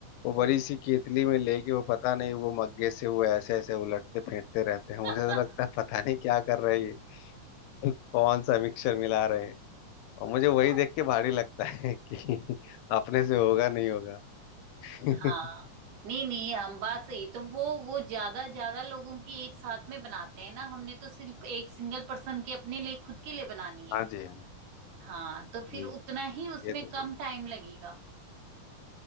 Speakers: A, on the left; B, on the right.
A: वो बड़ी
B: हम्म
A: सी केतली में लेके वो पता नहीं वो मग्गे से वो ऐसे ऐसे उलटते फेंटते रहते हैं मुझे
B: <laughs>
A: तो लगता है पता नहीं क्या कर रहे हैं ये <laughs> कौन सा मिक्सचर मिला रहे हैं और मुझे वही
B: हाँ
A: देख के भारी लगता है कि <laughs> अपने से होगा नहीं होगा <laughs>
B: हाँ नहीं नहीं हम बात सही है। तो वो वो ज्यादा ज्यादा लोगों की एक साथ में बनाते हैं ना हमने तो सिर्फ एक सिंगल पर्सन की अपने लिए खुद के लिए बनानी है
A: हाँ जी हाँ
B: हाँ तो फिर
A: जी
B: उतना ही उसमें
A: ये तो सही
B: कम
A: है।
B: टाइम लगेगा